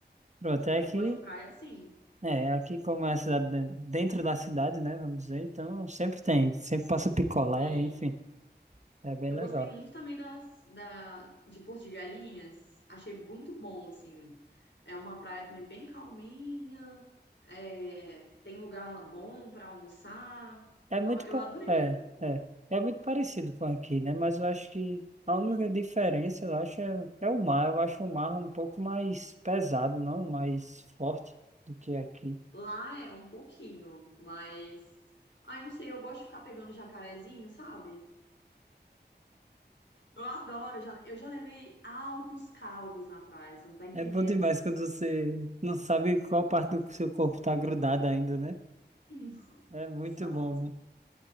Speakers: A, on the right; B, on the left.
A: pronto, é
B: Eu
A: que
B: gosto de praia assim.
A: é, aqui como é a cidade den- dentro da cidade, né, vamos dizer, então sempre tem, sempre passa picolé,
B: Sim.
A: enfim, é bem
B: Eu
A: legal.
B: gostei muito também das, da, de Porto de Galinhas. Achei muito bom, assim. É uma praia também bem calminha. é, tem lugar bom para almoçar.
A: É
B: Então,
A: muito,
B: eu
A: pa-
B: adorei.
A: é, é, é muito parecido com aqui, né, mas eu acho que a
B: Hum.
A: única diferença, eu acho, é, é o mar, eu acho o mar um pouco mais pesado, não mais forte do que aqui.
B: Lá é um pouquinho, mas... Ai, não sei, eu gosto de ficar pegando jacarezinho, sabe? Eu adoro. Já, eu já levei altos caldos na praia, você não tá entendendo.
A: É bom demais quando você não sabe qual parte do seu corpo está grudada ainda, né?
B: <laughs>
A: É muito
B: Sabe?
A: bom, né?